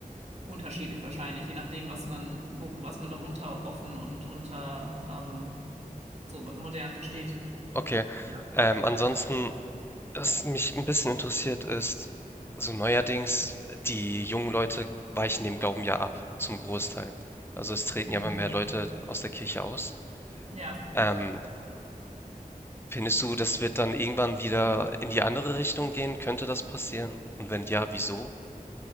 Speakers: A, on the right (about 50°); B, on the left (about 15°).
A: unterschiedlich wahrscheinlich, je nachdem, was man, worum, was man darunter offen und unter ähm, so modern versteht.
B: Okay.
A: Ja.
B: Ähm, ansonsten, was mich ein bisschen interessiert, ist so neuerdings, die jungen Leute weichen dem Glauben ja ab, zum Großteil. Also, es treten
A: Mhm.
B: ja immer mehr Leute aus der Kirche aus.
A: Ja.
B: Ähm, findest du, das wird dann irgendwann wieder in die andere Richtung gehen? Könnte das passieren? Und wenn ja, wieso?